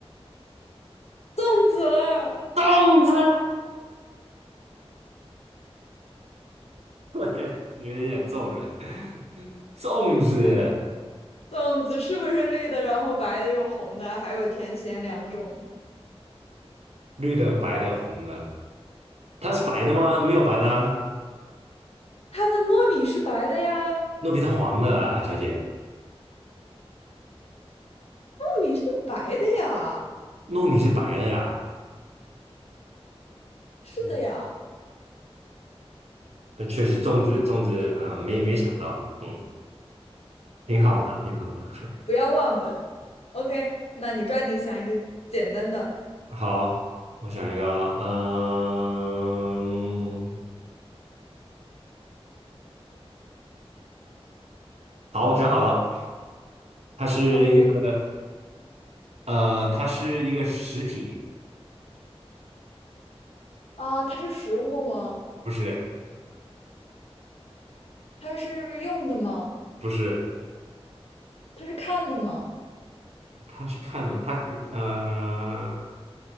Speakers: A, on the left; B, on the right.
A: 粽子啦，
B: 粽子！<laughs> 我也有点想揍人。粽子，
A: 粽子是不是绿的？然后白的又红的，还有甜咸两种。
B: 绿的、白的、红的，它是白的吗？没有白的啊
A: 它的糯米是白的呀。
B: 糯米是黄的啊小姐，
A: 米是白的呀，
B: 糯米是白的呀。
A: 是的呀，
B: 嗯，那确实，粽子，粽子，嗯、没没想到，嗯，挺好的，挺好的。
A: 不要忘本。OK，那你抓紧想一个简单的。
B: 好，我想一个，嗯，好，我想好了，它是一个，
A: OK，
B: 呃，它是一个实体，
A: 啊，它是食物吗？
B: 不是，
A: 它是用的吗？
B: 不是，
A: 它是看的吗？
B: 它是看的吗？它，呃，